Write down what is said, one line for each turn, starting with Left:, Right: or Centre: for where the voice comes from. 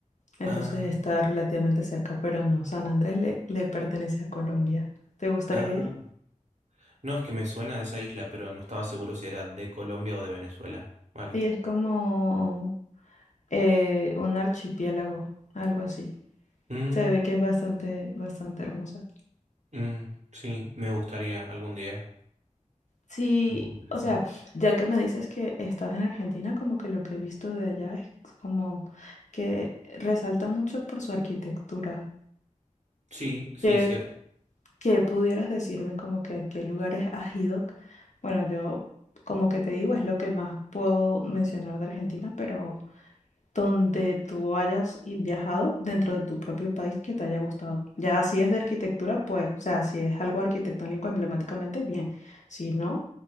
Left: Entonces
Right: Ah,
Left: está relativamente cerca, pero no, San Andrés le, le pertenece a Colombia. ¿Te gustaría
Right: ah.
Left: ir?
Right: No, es que me suena de esa isla, pero no estaba seguro si era de Colombia o de Venezuela. Vale.
Left: Sí, es como eh, un archipiélago, algo así.
Right: Mm,
Left: Se ve que es bastante, bastante hermosa.
Right: mm, sí, me gustaría algún día.
Left: Sí,
Right: Algún día,
Left: o
Right: Sí,
Left: sea, ya que me dices que estás en Argentina, como que lo que he visto de allá es como que resalta mucho por su arquitectura,
Right: sí, sí
Left: que
Right: es cierto.
Left: ¿Qué pudieras decirme como que a qué lugares has ido? Bueno, yo como que te digo es lo que más puedo mencionar de Argentina, pero donde tú hayas i- viajado dentro de tu propio país que te haya gustado. Ya si es de arquitectura, pues, o sea, si es algo arquitectónico emblemáticamente, bien. Si no,